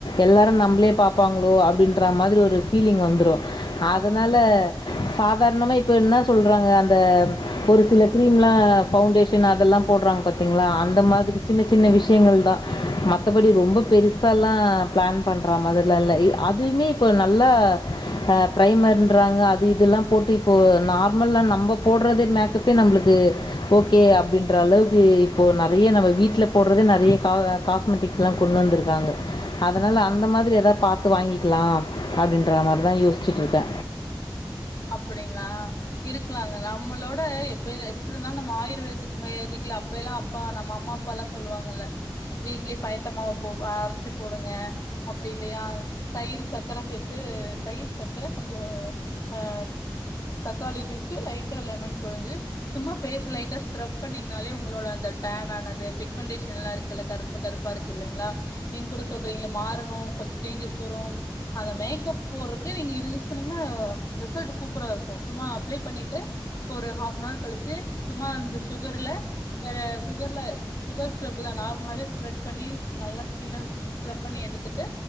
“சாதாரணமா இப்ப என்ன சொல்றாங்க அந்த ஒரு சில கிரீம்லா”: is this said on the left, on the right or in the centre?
Left